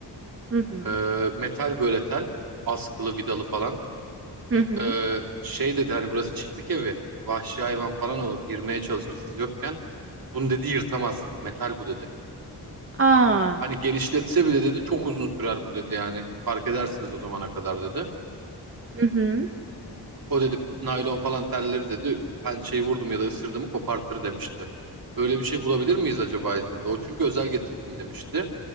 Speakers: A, on the right; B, on the right.
A: Hı hı.
B: Ee, metal böyle tel. Askılı vidalı falan.
A: Hı hı.
B: Ee, şey dedi hani burası çiftlik evi. Vahşi hayvan falan olur. Girmeye çalışır siz yokken. Bunu dedi yırtamaz. Metal bu dedi.
A: Aa.
B: Hani genişletse bile dedi çok uzun sürer bu dedi yani. Fark edersiniz o zamana kadar dedi.
A: Hı hı.
B: O dedi naylon falan telleri dedi pençeyi vurdum ya da ısırdım kopartır demişti. Öyle bir şey bulabilir miyiz acaba İzmir'de? O çünkü özel getirdim demişti.